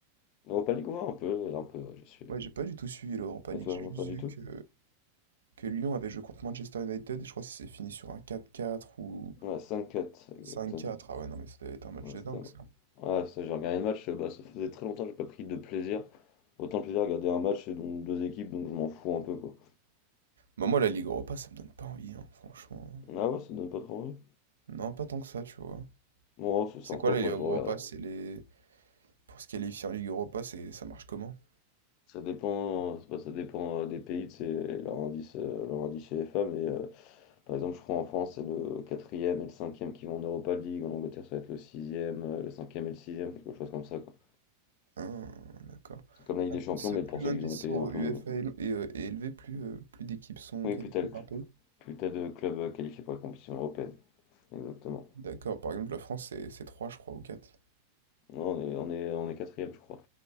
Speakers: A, on the left (about 40°); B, on the right (about 70°).
A: Europa League, ouais, un peu, un peu, ouais, j'ai suivi.
B: Ouais, j'ai pas du tout suivi l'Europa
A: Et
B: League,
A: toi,
B: j'ai
A: non,
B: juste
A: pas du
B: vu
A: tout?
B: que, que Lyon avait joué contre Manchester United et je crois que c'est fini sur un quatre-quatre ou
A: Ouais, cinq quatre, exactement.
B: cinq-quatre. Ah ouais, non, mais ça devait être un match
A: Ouais,
B: de
A: c'était
B: dingue,
A: à moi.
B: ça.
A: Ouais, ça, j'ai regardé le match, euh, bah, ça faisait très longtemps que j'ai pas pris de plaisir. Autant de plaisir à regarder un match, et donc deux équipes, donc je m'en fous un peu, quoi.
B: Bah, moi, la Ligue Europa, ça me donne pas envie, hein, franchement.
A: Ah ouais, ça donne pas trop envie?
B: Non, pas tant que ça, tu vois.
A: Bon, ouais, c'est sympa,
B: C'est quoi la
A: après,
B: Ligue Europa?
A: je regarde.
B: C'est les... Pour se qualifier en Ligue Europa, c'est... ça marche comment?
A: Ça dépend, euh, c'est pas- ça dépend euh, des pays, c'est leur indice, euh, leur indice UEFA, mais euh, par exemple, je crois en France, c'est le quatrième et le cinquième qui vont en Europa League, en Angleterre, ça va être le sixième, euh, le cinquième et le sixième, quelque chose comme ça, quoi.
B: Ah, d'accord.
A: C'est comme la Ligue
B: Ah,
A: des
B: plus,
A: Champions, mais
B: plus
A: pour
B: l'indice
A: ceux qui ont été
B: au
A: un peu
B: UEFA
A: moins bien.
B: est, est, euh, est élevé, plus, euh, plus d'équipes sont
A: Oui,
B: qualifiées
A: plus t'as le cl-
B: par pays.
A: plus t'as de clubs euh, qualifiés pour la compétition européenne. Exactement.
B: D'accord, par exemple, la France, c'est, c'est 3 je crois, ou quatre
A: Non, on est, on est, on est quatrième, je crois.